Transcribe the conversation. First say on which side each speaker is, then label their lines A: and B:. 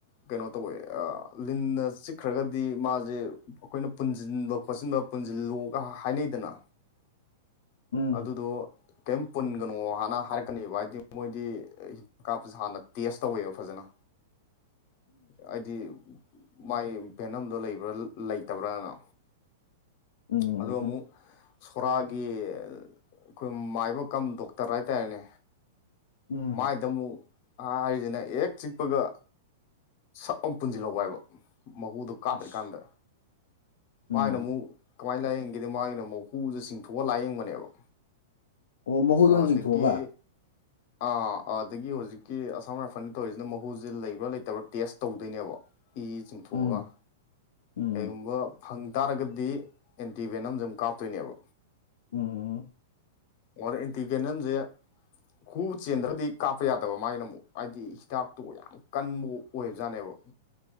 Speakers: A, on the left; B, on the left.
A: ꯀꯩꯅꯣ ꯇꯧꯋꯦ ꯑ ꯂꯤꯟꯅ ꯆꯤꯛꯈ꯭ꯔꯒꯗꯤ ꯃꯥꯖꯦ ꯑꯈꯣꯏꯅ ꯄꯨꯟꯖꯤꯟꯕ ꯈꯣꯠꯆꯤꯟꯕ - ꯄꯨꯟꯖꯤꯜꯂꯨꯒ ꯍꯥꯏꯅꯩꯗꯅ
B: ꯎꯝ
A: ꯑꯗꯨꯗꯣ ꯀꯩꯝ ꯄꯨꯟꯒꯅꯣ ꯍꯥꯟꯅ ꯍꯥꯏꯔꯛꯀꯅꯤꯕ ꯍꯥꯏꯗꯤ ꯃꯣꯏꯗꯤ ꯀꯥꯞꯄꯁꯦ ꯍꯥꯟꯅ ꯇꯦꯁ ꯇꯧꯋꯦꯕ ꯐꯖꯅ ꯍꯥꯏꯗꯤ ꯃꯥꯏ ꯄꯚꯦꯅꯝꯗꯣ ꯂꯩꯕ꯭ꯔꯥ ꯂꯩꯇꯕ꯭ꯔꯅ
B: ꯎꯝ
A: ꯑ ꯑꯃꯨꯛ
B: ꯎꯝ
A: ꯁꯣꯔꯥꯒꯤ ꯑꯩꯈꯣꯏ ꯃꯥꯏꯕ ꯀꯝ ꯗꯣꯛꯇꯔ ꯍꯥꯏꯇꯥꯔꯦꯅꯦ
B: ꯎꯝ
A: ꯃꯥꯏꯗ ꯑꯃꯨꯛ ꯍꯥꯏꯔꯤꯁꯤꯅ ꯍꯦꯛ ꯆꯤꯛꯄꯒ ꯁꯛ ꯑꯃ ꯄꯨꯟꯁꯤꯜꯍ ꯍꯥꯏꯕ ꯃꯀꯨꯗꯣ ꯀꯥꯗ꯭ꯔꯤꯀꯥꯟꯗ
B: ꯑꯁ ꯎꯝ
A: ꯃꯥꯥꯏꯅ ꯑꯃꯨꯛ ꯀꯃꯥꯏꯅ ꯂꯥꯏꯌꯦꯡꯒꯦꯗ ꯃꯥꯒꯤꯅ ꯑꯃꯨꯛ ꯍꯨꯖꯦ ꯆꯤꯡꯊꯣꯛꯑꯒ ꯂꯥꯏꯌꯦꯡꯕꯅꯦꯕ
B: ꯑꯣ ꯃꯍꯨ ꯂꯣꯏ
A: ꯑꯗꯒꯤ
B: ꯆꯤꯡꯊꯣꯛꯑꯒ
A: ꯑꯥ ꯑꯗꯒꯤ ꯍꯧꯖꯤꯛꯀꯤ ꯑꯁꯥꯝ ꯔꯥꯏꯐꯜꯅ ꯇꯧꯔꯤꯖꯤꯅ ꯃꯍꯨꯖꯦ ꯂꯩꯕ꯭ꯔꯥ ꯂꯩꯇꯕ꯭ꯔꯥ ꯇꯦꯁ ꯇꯧꯗꯣꯏꯅꯦꯕ ꯏ ꯆꯤꯡꯊꯣꯛꯑꯒ
B: ꯎꯝ ꯎꯝ
A: ꯀꯩꯒꯨꯝꯕ ꯐꯪ ꯇꯥꯔꯒꯗꯤ ꯑꯦꯟꯇꯤꯚꯦꯟ ꯑꯃꯖꯨ ꯃꯨꯛ ꯀꯥꯞꯇꯣꯏꯅꯦꯕ
B: ꯎꯝ
A: ꯑꯣꯔ ꯑꯦꯟꯇꯤꯒꯦꯅꯜꯁꯦ ꯍꯨ ꯆꯦꯟꯗ꯭ꯔꯒꯗꯤ ꯀꯥꯞꯄ ꯌꯥꯗꯕ ꯃꯥꯒꯤꯅ ꯑꯃꯨꯛ ꯍꯥꯏꯗꯤ ꯍꯤꯗꯥꯛꯇꯨ ꯌꯥꯝ ꯀꯟꯕꯨ ꯑꯣꯏꯕꯖꯥꯠꯅꯦꯕ